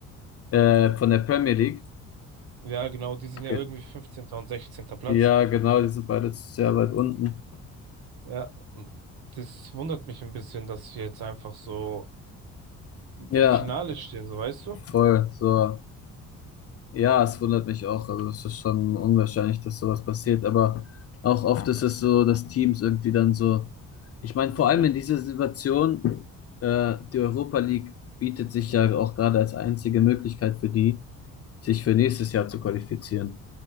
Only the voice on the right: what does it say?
Ja, genau, die sind ja
irgendwie 15. und 16. Platz.
Ja, und das wundert mich ein bisschen, dass sie jetzt einfach so
im Finale stehen, so weißt du?
Mhm.